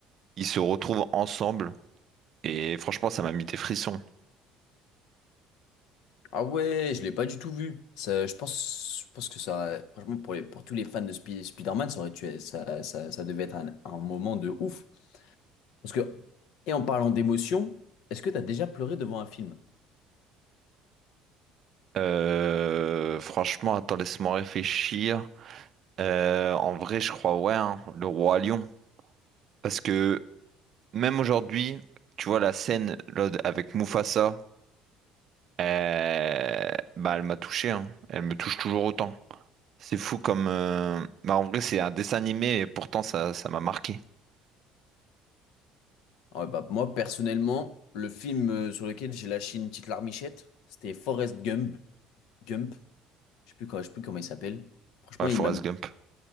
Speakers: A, on the right (about 35°); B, on the left (about 65°).
A: ils se retrouvent ensemble. Et franchement, ça m'a mis des frissons.
B: Ah ouais, je l'ai pas du tout vu. Ça, je pense, je pense que ça, franchement, pour les, pour tous les fans de Spi- Spider-Man, ça aurait tué, ça, ça, ça devait être un, un moment de ouf. Parce que, et en parlant d'émotion, est-ce que tu as déjà pleuré devant un film?
A: Euh, franchement, attends, laisse-moi réfléchir. Euh, en vrai, je crois, ouais, hein, le roi lion. Parce que même aujourd'hui, tu vois, la scène là, avec Mufasa, euh, bah, elle m'a touché. hein. Elle me touche toujours autant. C'est fou comme. euh, Bah, en vrai, c'est un dessin animé et pourtant, ça, ça m'a marqué.
B: Ah ouais, bah, moi, personnellement, le film euh, sur lequel j'ai lâché une petite larmichette, c'était Forrest Gump. Gump, je sais plus, quand- je sais plus comment il s'appelle. Franchement,
A: Ouais,
B: il
A: Forrest
B: m'a mis-
A: Gump.